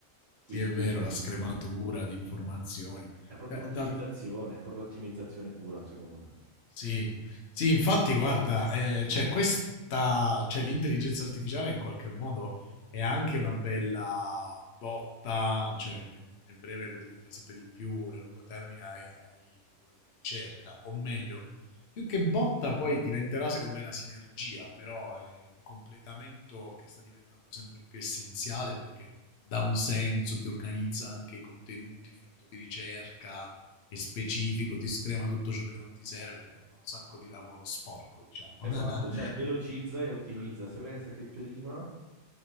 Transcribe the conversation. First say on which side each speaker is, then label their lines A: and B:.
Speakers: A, on the right; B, on the left.
A: quindi
B: sì, è vero, la scrematura di informazioni.
A: è proprio
B: Da-
A: un'ottimizzazione,
B: D'altro
A: è proprio ottimizzazione pura, secondo me.
B: Sì, sì, infatti, guarda, eh, cioè questa, cioè l'intelligenza artificiale in qualche modo è anche una bella botta, cioè nel, nel breve lo diventerà sempre di più, nel lungo termine ai, ai motori di ricerca, o meglio, più che botta poi diventerà secondo me una sinergia, però è un completamento che sta diventando sempre più essenziale perché dà un senso, ti organizza anche i contenuti frutto di ricerca è specifico, ti screma tutto ciò che non ti serve, cioè, fa un sacco di lavoro sporco, diciamo.
A: Esatto,
B: <laughs>
A: cioè velocizza e ottimizza. Se pensa che prima